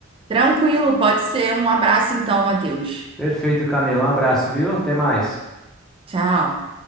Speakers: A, on the right; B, in the centre.
A: Tranquilo, pode ser. Um abraço então, Matheus.
B: Perfeito, Camila. Um abraço, viu? Até mais.
A: Tchau.